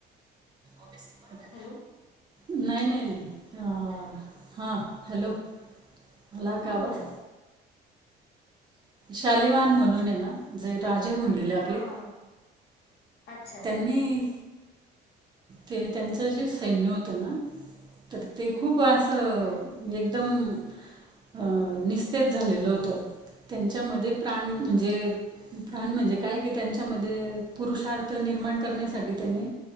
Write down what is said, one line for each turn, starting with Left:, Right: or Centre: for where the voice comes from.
Right: ओव्यसली बरोबर
Left: हॅलो
Right: नाहीं-नाहीं-नाहीं हां हॅलो आंला
Left: हा
Right: कां
Left: बोला
Right: आवांज
Left: ना.
Right: शालिवान म्हणूंन आहे नां जे राजे होऊंन गेले
Left: हा
Right: आपले
Left: हा हा अच्छा
Right: त्यांनी ते त्यांच जे सैन्य होतं नां तरं ते
Left: हम्म
Right: खूंप असं एकदंम. निस्तेच झालेलं होतं त्यांच्यामध्यें. प्राण
Left: हम्म
Right: म्हणजे
Left: हम्म
Right: प्राण म्हणजे कायं की त्यांच्यामध्यें. पुरुषार्थ निर्माण करण्यांसाठी त्यांनी.